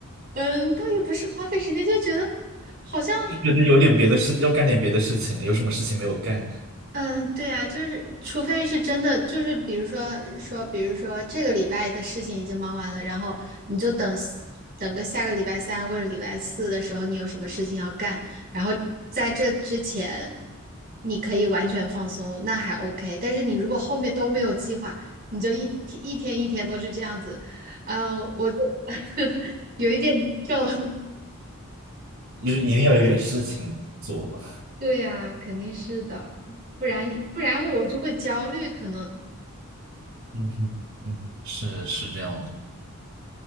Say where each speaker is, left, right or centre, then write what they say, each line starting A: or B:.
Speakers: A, on the right (about 45°); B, on the right (about 70°).
A: 嗯，倒也不是花费时间，就觉得好像。
B: 就觉得有点别的事，要干点别的事情了。有什么事情没有干，
A: 嗯，对呀，就是除非是真的，就是比如说说，比如说这个礼拜的事情已经忙完了，然后你就等等个下个礼拜三或者礼拜四的时候，你有什么事情要干，然后在这之前你可以完全放松，那还 OK。但是你如果后面都没有计划，你就一天一天一天都是这样子，嗯，我就 <laughs> 有一点难受。
B: 就是一定要有点事情做吧。
A: 对呀，肯定是的，不然不然我就会焦虑，可能。
B: 嗯哼，是是这样的。